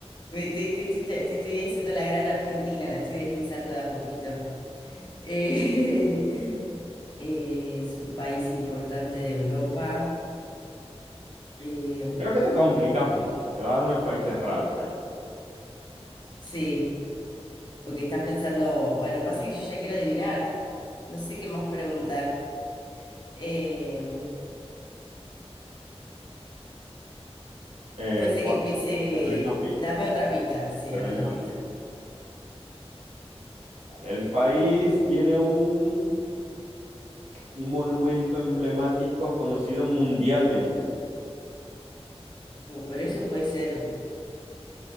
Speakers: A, on the left; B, on the right.
A: Te, te- te- te- te estoy haciendo la gran Argentina, la estoy deslizando de a poquito. Eh, <laughs> eh, es un país importante de Europa. Eh,
B: Creo que te complicas mucho, te vas a unos países raros ahí.
A: sí, porque estás pensando, bueno, pasa que yo ya quiero adivinar. No sé qué más preguntar. Eh,
B: Eh,
A: puede ser
B: te voy
A: que empiece.
B: a- te doy una pista.
A: Dame otra pista, sí,
B: Pero
A: dame
B: hay
A: otra
B: una
A: pista.
B: pista. Vale. Vale, el país tiene un, un monumento emblemático conocido mundialmente.
A: Uh, pero eso puede ser.